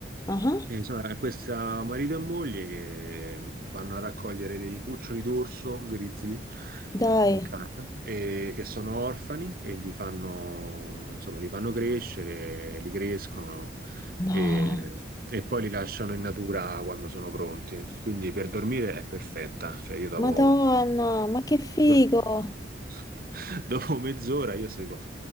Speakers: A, on the left (about 20°); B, on the right (about 50°).
A: Ah,
B: e, insomma, questa marito e moglie che vanno a raccogliere dei cuccioli d'orso grizzly
A: dai,
B: in Canada e che sono orfani e li fanno, insomma, li fanno crescere, li crescono
A: No.
B: e, e poi li lasciano in natura quando sono pronti. Quindi per dormire è perfetta, cioè io davo
A: Madonna, ma che figo!
B: proprio <laughs> Dopo mezz'ora io seguo.